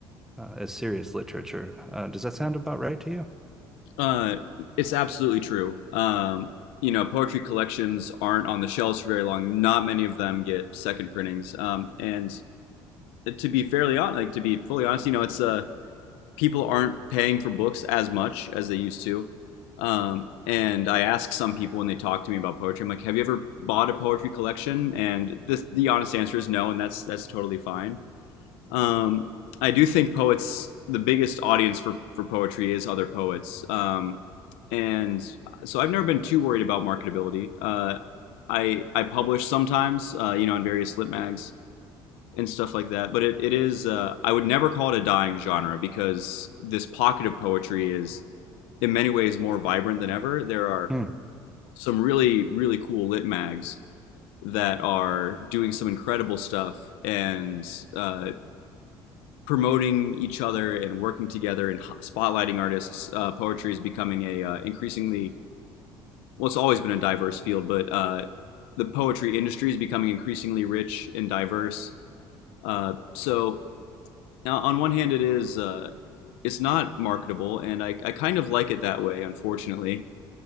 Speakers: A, in the centre; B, on the left.
A: uh, as serious literature. Uh, does that sound about right to you?
B: Uh, it's absolutely true. Um, you know, poetry collections aren't on the shelves for very long. Not many of them get second printings. Um, and to be fairly honest, like to be fully honest, you know, it's a people aren't paying for books as much as they used to. Um, and I ask some people when they talk to me about poetry, I'm like, "Have you ever bought a poetry collection?" And the the honest answer is no, and that's that's totally fine. Um, I do think poets, the biggest audience for for poetry is other poets, um, and so I've never been too worried about marketability. Uh, I I publish sometimes, uh, you know, in various lit mags, and stuff like that. But it, it is, uh, I would never call it a dying genre because this pocket of poetry is in many ways more vibrant than ever. There are
A: Hmm.
B: some really, really cool lit mags that are doing some incredible stuff and uh, promoting each other and working together and spotlighting artists. Uh, poetry is becoming a uh, increasingly, well, it's always been a diverse field, but uh, the poetry industry is becoming increasingly rich and diverse. Uh, so Now, on one hand, it is uh, it's not marketable, and I, I kind of like it that way. Unfortunately,